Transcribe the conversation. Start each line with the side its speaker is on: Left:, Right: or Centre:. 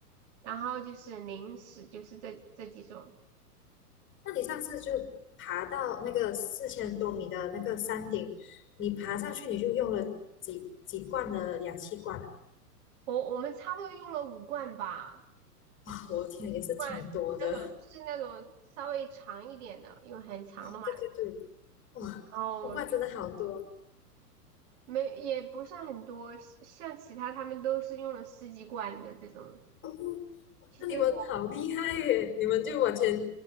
Right: 然后就是零食，就是这这几种。
Left: 那你上次就爬到那个四千多米的那个山顶，你爬上去你就用了几几罐的氧气罐啊？
Right: 我我们差不多用了五罐吧，
Left: <laughs> 啊，我天，也是挺多的。
Right: 罐那种是那种稍微长一点的，
Left: <laughs>
Right: 因为很长的嘛，
Left: 啊，对对对，哇，
Right: 然后就
Left: 卜卦真的好多
Right: 没也不算很多，像其他他们都是用了十几罐的这种。
Left: 哦，哇，
Right: 其实我。
Left: 那你们好厉害耶！你们就完全